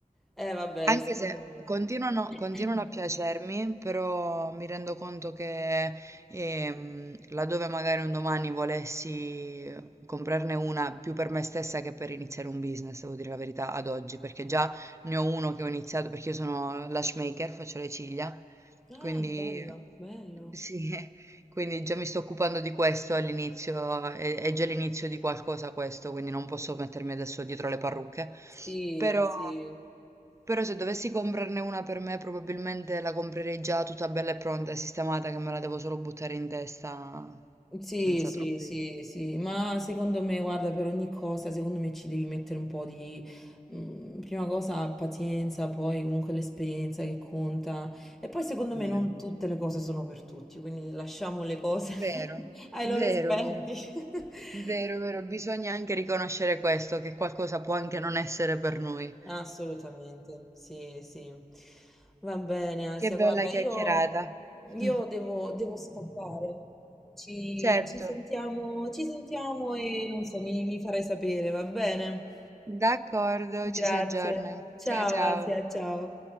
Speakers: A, in the centre; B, on the right.
A: Eh vabbè,
B: Anche
A: secondo
B: se continuano,
A: me...
B: continuano
A: <clears throat>
B: a piacermi, però mi rendo conto che ehm, laddove magari un domani volessi comprarne una più per me stessa che per iniziare un business, devo dire la verità, ad oggi, perché già ne ho uno che ho iniziato, perché io sono lash maker, faccio le ciglia,
A: Ah,
B: quindi
A: bello, bello.
B: sì, <laughs> quindi già mi sto occupando di questo all'inizio, è, è già l'inizio di qualcosa questo, quindi non posso mettermi adesso dietro le parrucche,
A: Sì,
B: però...
A: sì.
B: Però se dovessi comprarne una per me, probabilmente la comprerei già tutta bella e pronta e sistemata, che me la devo solo buttare in testa
A: Sì,
B: senza
A: sì,
B: troppi
A: sì, sì, ma secondo me, guarda, per ogni cosa, secondo me ci devi mettere un po' di, mm, prima cosa, pazienza, poi comunque l'esperienza che conta. E poi secondo
B: problemi.
A: me non tutte le cose sono per tutti, quindi lasciamo le cose
B: Vero,
A: <laughs> ai
B: vero,
A: loro esperti.
B: vero,
A: <laughs>
B: vero, vero. Bisogna anche riconoscere questo, che qualcosa può anche non essere per noi.
A: Assolutamente, sì, sì. Va bene, Asia,
B: Che bella
A: guarda,
B: chiacchierata.
A: io, io
B: <laughs>
A: devo, devo scappare. Ci,
B: Certo,
A: ci sentiamo, ci sentiamo e non so, mi, mi farai sapere, va bene?
B: d'accordo, ci
A: Grazie.
B: si aggiorna.
A: Ciao,
B: Ciao ciao.
A: Asia, ciao.